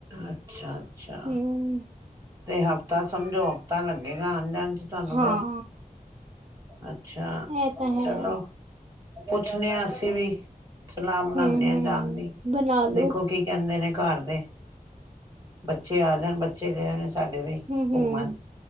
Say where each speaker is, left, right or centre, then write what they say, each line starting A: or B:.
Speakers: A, on the right; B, on the right.
A: ਅੱਛਾ-ਅੱਛਾ
B: ਹੂੰ,
A: ਤੇ ਹਫ਼ਤਾ ਸਮਝੋ ਹਫ਼ਤਾ ਲੱਗੇਗਾ ਆਨ ਜਾਨ ਚ? ਤੁਹਾਨੂੰ
B: ਹਾਂ।
A: ਫੇਰ ਅੱਛਾ
B: ਐ ਤਾਂ ਹੈ।
A: ਚਲੋ ਪੁੱਛਨੇ ਆਂ ਅਸੀਂ ਵੀ। ਸਲਾਹ ਬਨਾਨੇ
B: ਹੂੰ-ਹੂੰ,
A: ਆਂ ਜਾਣ ਦੀ,
B: ਬਣਾ ਲੋ
A: ਦੇਖੋ ਕੀ ਕੈਂਦੇ ਨੇ ਕਾਰ ਦੇ, ਬੱਚੇ ਆ ਜਾਨ ਬੱਚੇ ਗਏ ਹੋਏ ਨੇ ਸਾਡੇ ਵੀ
B: ਹੂੰ-ਹੂੰ,
A: ਘੁੰਮਣ